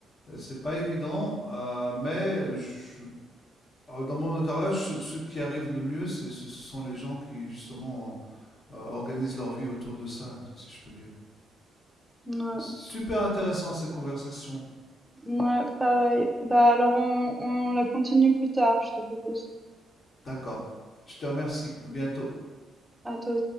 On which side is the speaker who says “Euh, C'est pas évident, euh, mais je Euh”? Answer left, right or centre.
Left